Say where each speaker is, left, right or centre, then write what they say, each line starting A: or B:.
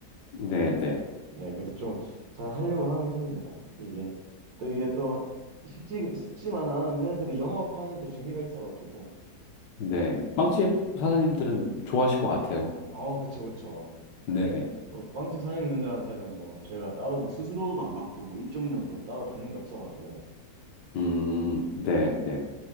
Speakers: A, on the left (about 70°); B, on the right (about 65°).
A: 네, 네,
B: 네, 그래도 좀 잘 하려고 하는 편입니다, 이게. 또 이게 또 쉽지, 쉽지만은 않은데, 그래도 영업하는 또 재미가 있어가지고.
A: 네. 빵집 사장님들은 좋아하실 것 같아요.
B: 어, 그쵸, 그쵸.
A: 네.
B: 뭐 빵집 사장님들한테는 뭐 저희가 따로 뭐 수수료도 안 받고 뭐 입점료도 따로 받는 게 없어가지고
A: 음, 네,
B: 음,
A: 네.